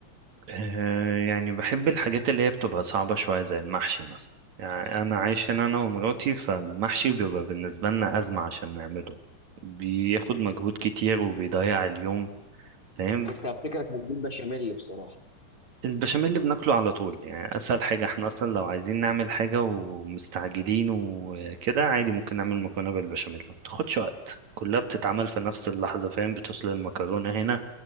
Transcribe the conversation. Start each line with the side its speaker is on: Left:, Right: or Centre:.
Right: آه يعني بحب الحاجات اللي هي بتبقى صعبة شوية زي المحشي مثلا يعني أنا عايش هنا أنا ومراتي فالمحشي بيبقى بالنسبة لنا أزمة عشان نعمله بياخد مجهود كتير وبيضيع اليوم فاهم
Left: كنت هفتكرك هتجيب بشاميل بصراحة
Right: البشاميل اللي بناكله على طول يعني اسهل حاجه احنا اصلا لو عايزين نعمل حاجه ومستعجلين وكده عادي ممكن نعمل مكرونه بالبشاميل ما بتاخدش وقت كلها بتتعمل في نفس اللحظه فاهم بتوصل المكرونه هنا